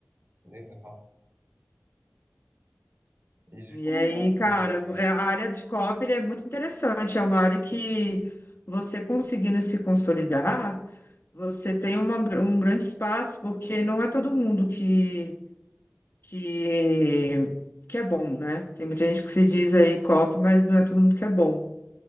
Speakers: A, on the right; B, on the left.
A: Legal. Isso
B: E
A: ficou uma
B: aí,
A: marca
B: cara,
A: registrada
B: é- a
A: dele.
B: área de copy, é muito interessante. É uma área que você conseguindo se consolidar, você tem uma, um grande espaço, porque não é todo mundo que que, que é bom, né? Tem muita gente que se diz aí copy, mas não é todo mundo que é bom.